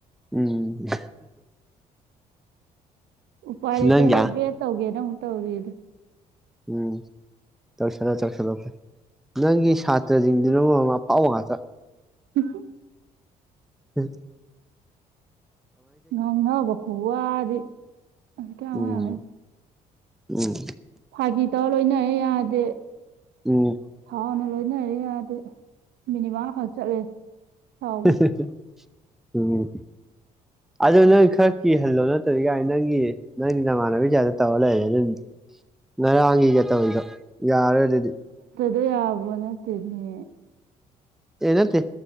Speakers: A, in the centre; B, on the right (about 60°).
A: ꯎꯝ
B: ꯎꯄꯥꯔꯇꯕꯦ
A: ꯅꯪꯒꯤ
B: ꯇꯧꯒꯦꯅ ꯇꯧꯔꯤ ꯑ ꯑꯗꯨ
A: ꯎꯝ ꯆꯧꯁꯜꯂꯣ ꯆꯧꯁꯜꯂꯣ ꯐꯩ ꯅꯪꯒꯤ ꯁꯥꯇ꯭ꯔꯁꯤꯡꯗꯨꯅ ꯃꯔꯃ ꯑꯐꯥꯎꯕ ꯉꯥꯛꯇ
B: ꯎ
A: ꯍꯝ
B: ꯉꯉꯕ ꯈꯨꯨꯍꯗꯤ ꯑꯁꯤꯁ ꯀꯌꯥ
A: ꯎꯝ
B: ꯋꯥ
A: ꯎꯝ
B: ꯐꯥꯒꯤ ꯇꯧꯔ ꯂꯣꯏꯅꯔꯦ ꯌꯥꯗꯦ
A: ꯎꯝ
B: ꯊꯥꯎꯅ ꯂꯣꯏꯅꯔꯦ ꯌꯥꯗ ꯃꯤꯅꯤꯠ ꯃꯉꯥꯈꯛ ꯆꯠꯂꯦ ꯁꯥꯎꯕꯁꯦ
A: <unintelligible> ꯎꯝ ꯑꯗꯨ ꯅꯪ ꯈꯔ ꯀꯤꯍꯜꯂꯣ ꯅꯠꯇꯕꯗꯤ ꯌꯥꯥꯏ ꯅꯪꯒꯤ ꯅꯪꯒꯤ ꯅꯃꯥꯟꯅꯕꯤ ꯀꯌꯥꯗ ꯇꯧꯔ ꯂꯩꯔꯦ ꯑꯗꯨ ꯉꯔꯥꯡꯒꯤꯒ ꯇꯧꯔꯤꯗꯣ ꯌꯥꯔꯦ ꯑꯗꯨꯗꯤ
B: ꯑꯗꯨꯗ ꯌꯥꯕꯅꯦ ꯇꯅꯦ
A: ꯑꯦ ꯅꯠꯇꯦ